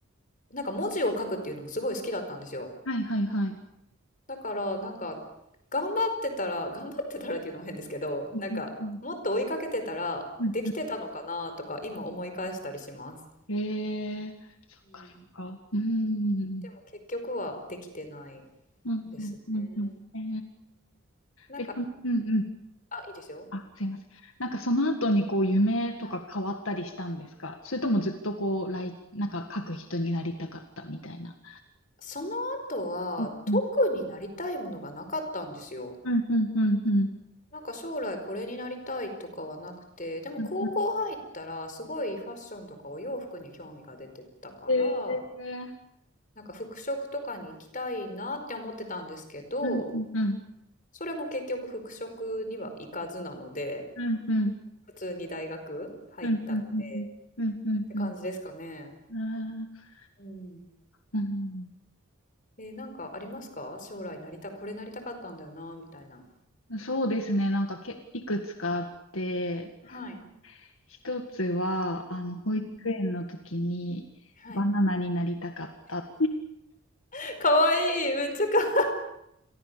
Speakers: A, on the left; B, on the left.
A: なんか文字を書くっていうのもすごい好きだったんですよ。
B: はい、はい、はい。
A: だからなんか頑張ってたら <laughs> 頑張ってたらっていうのも変ですけどなんかもっと追いかけてたらできてたのかなとか今思い返したりします。
B: うん、うん、うん。うんえー、そっか、
A: うん、
B: そっか。うん、
A: でも結局はできてない
B: うん、
A: ですね。
B: うん、うん、うん。え
A: なんか、
B: ー、え、そうん、
A: うん
B: うん。
A: あ、いいですよ。
B: あ、すいません。なんかその後にこう夢とか変わったりしたんですかそれともずっとこう、
A: はい
B: 来、なんか書く人になりたかったみたいな。
A: その後は特になりたいものがなかったんですよ。
B: うんうん、うん、うん、うん。
A: なんか将来これになりたいとかはなくて、でも高校入ったらすごいファッションとかお洋服に興味が出てたから、
B: うんうんで、
A: なんか服飾とかに行きたいなって思ってたんですけど、
B: うんうんうん
A: それも結局服飾には行かずなので、
B: うんうんうん
A: 普通に大学入ったんで、
B: うんうんうんうん
A: って感じですかね。
B: あ
A: うん。
B: ー
A: えーなんかありますか将来なりた、これなりたかったんだよな、みたいな。
B: うんそうですね。なんかけ、いくつかあって、
A: はい。
B: 一つは、あの、保育園の時にバナナになりたかった。
A: うんうん。はい。<laughs> かわいい、めっちゃかわいい。